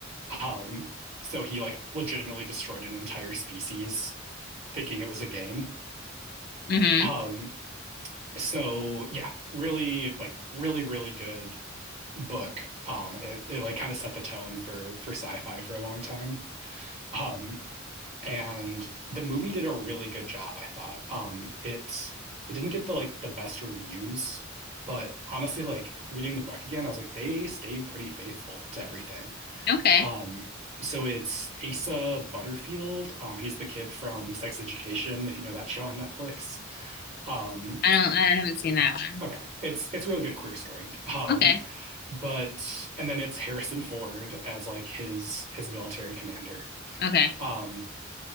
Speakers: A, on the right; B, on the left.
A: Um, so he like legitimately destroyed an entire species thinking it was a game.
B: Mm-hmm.
A: Um, so yeah, really like really really good book. Um, it, it like kind of set the tone for for sci-fi for a long time. Um, and the movie did a really good job, I thought. Um, it it didn't get the like the best reviews, but honestly, like reading the book again, I was like they stayed pretty faithful to everything.
B: Okay.
A: Um, so it's Asa Butterfield. Um, he's the kid from Sex Education, if you know that show on Netflix. Um,
B: I don't, I haven't seen that one.
A: okay, it's it's a really good queer story. Um,
B: Okay.
A: but and then it's Harrison Ford as like his his military commander.
B: Okay.
A: Um,